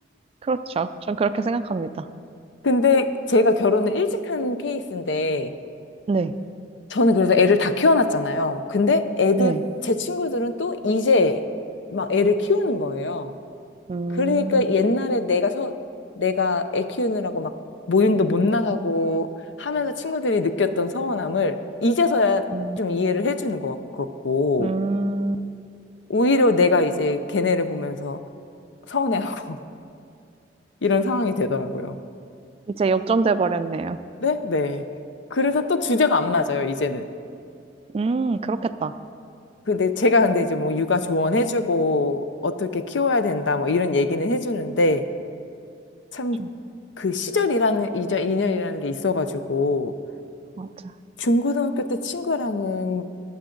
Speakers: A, on the right; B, on the left.
A: 그렇죠. 전 그렇게 생각합니다.
B: 근데 제가 결혼을 일찍 한 케이스인데,
A: 네.
B: 저는 그래서 애를 다 키워놨잖아요. 근데 애들,
A: 네.
B: 제 친구들은 또 이제 막 애를 키우는 거예요.
A: 음,
B: 그러니까 옛날에 내가 서, 내가 애 키우느라고 막 모임도 못 나가고 하면서 친구들이 느꼈던 서운함을 이제서야
A: 음,
B: 좀 이해를 해주는 것 같고,
A: 음,
B: 오히려 내가 이제 걔네를 보면서 서운해하고 <laughs> 이런 상황이 되더라고요.
A: 이제 역전돼 버렸네요.
B: 네? 네. 그래서 또 주제가 안 맞아요, 이제는.
A: 음, 그렇겠다.
B: 근데 제가 근데 이제 뭐 육아 조언해주고 어떻게 키워야 된다 뭐 이런 얘기는 해주는데 참
A: 좀,
B: 그 시절이라는, 이절 인연이라는 게 있어가지고
A: 맞아.
B: 중고등학교 때 친구랑은